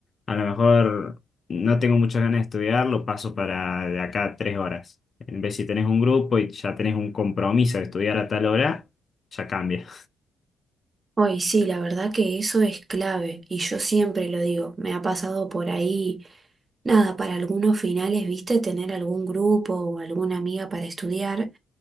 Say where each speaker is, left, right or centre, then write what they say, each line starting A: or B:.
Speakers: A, on the left; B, on the right.
A: a lo mejor no tengo muchas ganas de estudiar, lo paso para de acá a tres horas. En vez si tenés un grupo y ya tenés un compromiso de estudiar a tal hora, ya cambia.
B: Hoy sí, la verdad que eso es clave y yo siempre lo digo, me ha pasado por ahí, nada, para algunos finales, viste, tener algún grupo o alguna amiga para estudiar